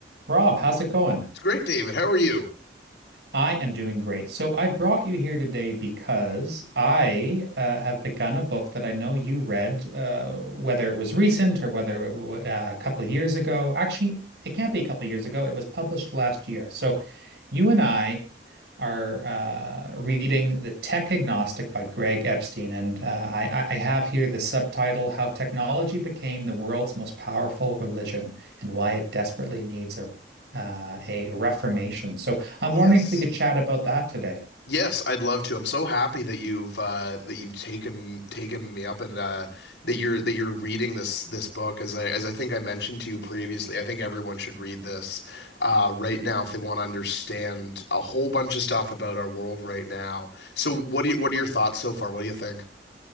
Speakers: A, on the right; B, on the left.
A: Rob, how's it going?
B: It's great, David. How are you?
A: I am doing great. So I brought you here today because I uh, have begun a book that I know you read, uh, whether it was recent or whether it w uh, a couple years ago. Actually, it can't be a couple years ago. It was published last year. So you and I are uh, reading The Tech Agnostic by Greg Epstein. And uh, I, I have here the subtitle How Technology Became the World's Most Powerful Religion and Why It Desperately Needs a, uh, a Reformation. So I'm
B: Yes.
A: wondering if we could chat about that today.
B: Yes, I'd love to. I'm so happy that you've uh that you've taken taken me up and uh that you're that you're reading this this book as I as I think I mentioned to you previously. I think everyone should read this uh right now if they want to understand a whole bunch of stuff about our world right now. So what do you, what are your thoughts so far? What do you think?